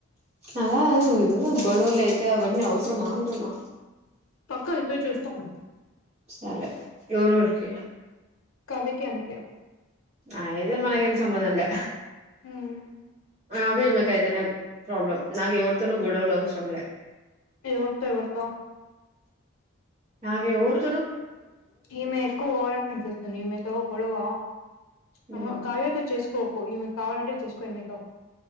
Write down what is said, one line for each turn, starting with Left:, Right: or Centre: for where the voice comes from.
Right: అగ ఆగు ఎందుకు గొడవలయితాయి అవన్నీ అవసరమా అంటున్నా
Left: పక్కా ఐతే చూస్తారు
Right: సరే ఎవరెవరికి
Left: కావ్యకి ఆమెకి
Right: అయితే మనకేం సంబంధం లే
Left: ఉమ్
Right: అవి మీకైతెనే ప్రాబ్లం నాకు ఎవరితోన గొడవలు అవసరంలే
Left: నోటితో ఎవర్తో
Right: నాక్ ఎవ్రు
Left: ఈమె ఎక్కువ ఓవరాక్షన్ చేస్తుంది ఈమెతో గొడవ
Right: హ్మ్.
Left: అహ కావ్యతో చేసుకోకు ఇవి కావాలంటే చేసుకో మీతో